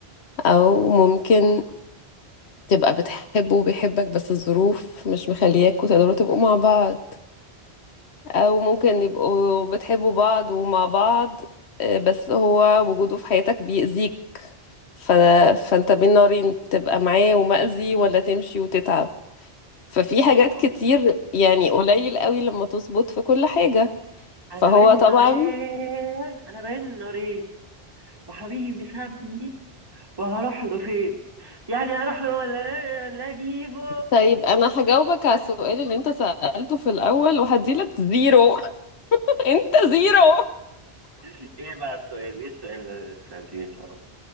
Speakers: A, on the left; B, on the right.
A: او ممكن تبقى بتحبه وبيحبك بس الظروف مش مخلياكوا تقدروا تبقوا مع بعض او ممكن يبقوا بتحبوا بعض ومع بعض آه، بس هو وجوده في حياتك بيأذيك ف... فانت بين نارين تبقى معاه ومأذي ولا تمشي وتتعب ففي حاجات
B: اه
A: كتير يعني قليل قوي لما تظبط في كل حاجة
B: انا
A: فهو
B: بين
A: طبعا
B: نارين انا بين نارين وحبيبي سابني وهروح له فين يعني هروح له ولا إيه؟ ولا اجيبه
A: طيب انا هجاوبك على السؤال اللي انت سألته في الاول وهديلك زيرو <laughs> انت زيرو
B: <laughs> ايه بقى السؤال ايه السؤال اللي انت سالتيه في الاول